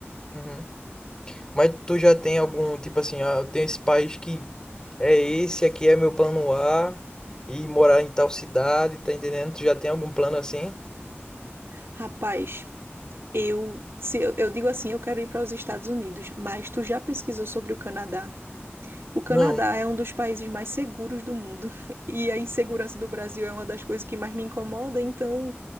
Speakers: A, on the left; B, on the right.
A: Uhum. Mas tu já tem algum, tipo assim, ah, eu tenho esse país que é esse, aqui é meu plano A, e morar em tal cidade, tá entendendo? Tu já tem algum plano assim?
B: Rapaz, eu, se eu, eu digo assim, eu quero ir para os Estados Unidos, mas tu já pesquisou sobre o Canadá? O Canadá
A: Não,
B: é um dos países mais seguros do mundo <laughs> e a insegurança do Brasil é uma das coisas que mais me incomoda, então